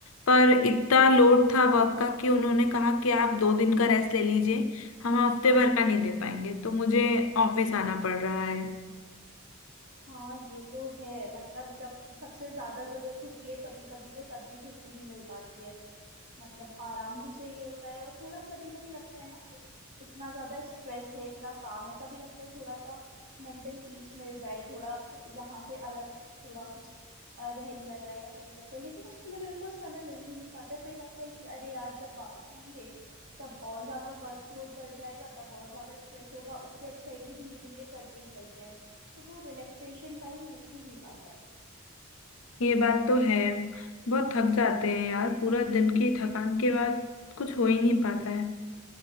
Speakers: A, on the left; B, on the right.
A: पर इतना लोड था वर्क का कि उन्होंने कहा कि आप दो दिन का रेस्ट ले लीजिए हम हफ्ते भर का नहीं दे पाएंगे तो मुझे ऑफिस आना पड़ रहा है
B: हाँ ये तो है मतलब जब सबसे ज्यादा जरूरत होती है कभी कभी तो तब भी छुट्टी नहीं मिल पाती है मतलब आराम भी चाहिए होता है और थोड़ा कभी कभी लगता है ना कि इतना ज्यादा स्ट्रेस है इतना काम है कभी लगता है थोड़ा सा मेंटल पीस मिल जाए थोड़ा यहाँ से अलग थोड़ा कुछ अ, रह लिया जाए या कर लिया जाए लेकिन उसके लिए बिल्कुल समय मिल ही नहीं पाता है। फिर लगता है कि अरे यार जब वापस आएंगे तब और ज्यादा वर्कलोड बढ़ जाएगा तब और ज्यादा स्ट्रेस होगा उससे अच्छा है कि धीरे धीरे करते ही चलते हैं तो वो रिलैक्सेशन टाइम मिल ही नहीं पाता है
A: ये बात तो है बहुत थक जाते हैं यार पूरा दिन की थकान के बाद कुछ हो ही नहीं पाता है